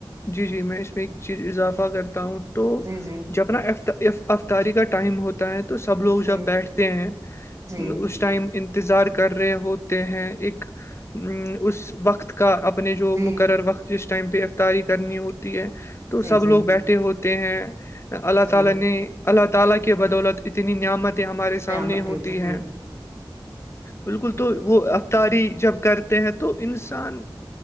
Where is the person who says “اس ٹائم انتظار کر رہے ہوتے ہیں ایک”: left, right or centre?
Left